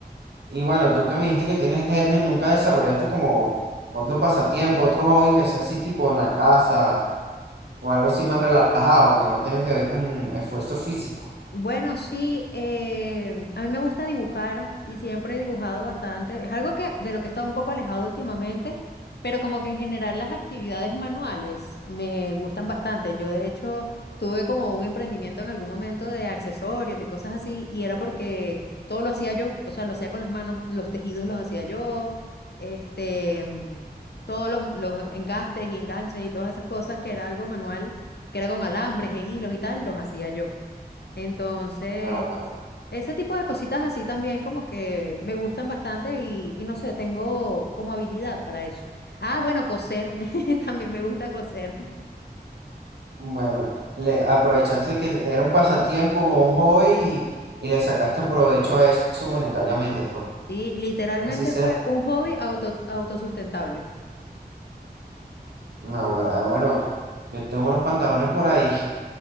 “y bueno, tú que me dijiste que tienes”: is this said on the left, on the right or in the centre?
Right